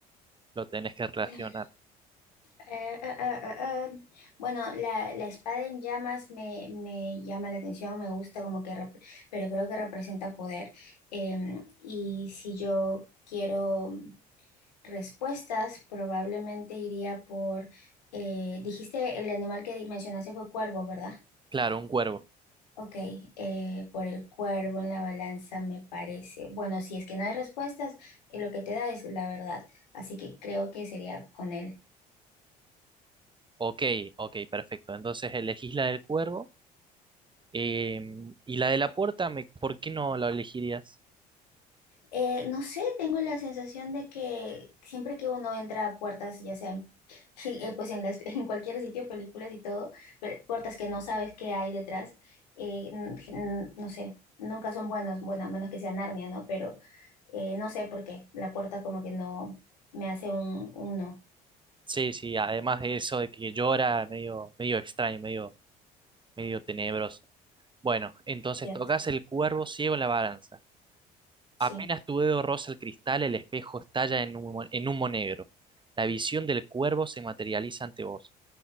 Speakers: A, on the right; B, on the left.
A: lo tenés que relacionar.
B: Eh, eh, eh, eh, eh. Bueno, la, la espada en llamas me, me llama la atención, me gusta como que, rep- pero creo que representa poder. Em, y si yo quiero respuestas, probablemente iría por, eh, dijiste el animal que mencionaste fue cuervo, ¿verdad?
A: Claro, un cuervo.
B: Ok, eh, por el cuervo en la balanza me parece. Bueno, si es que no hay respuestas, eh, lo que te da es la verdad. Así que creo que sería con él.
A: Ok, ok, perfecto. Entonces elegís la del cuervo eh, y la de la puerta, me- ¿por qué no la elegirías?
B: Eh, no sé, tengo la sensación de que siempre que uno entra a puertas, ya sea en- <laughs> eh, pues en las, en cualquier sitio, películas y todo, pero puertas que no sabes qué hay detrás, eh, n- n- no sé, nunca son buenos, bueno, a menos que sea Narnia, ¿no? Pero eh, no sé por qué, la puerta como que no me hace un, un no,
A: Sí, sí, además de eso de que llora, medio, medio extraño, medio, medio tenebroso. Bueno, entonces
B: ¿cierto?
A: tocas el cuervo ciego en la balanza.
B: Sí.
A: Apenas tu dedo roza el cristal, el espejo estalla en humo, en humo negro. La visión del cuervo se materializa ante vos.